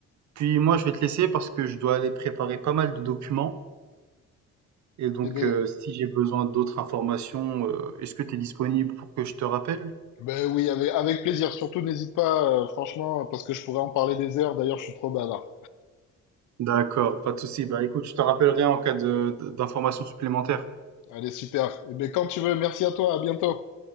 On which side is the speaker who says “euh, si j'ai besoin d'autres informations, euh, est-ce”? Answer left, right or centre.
Right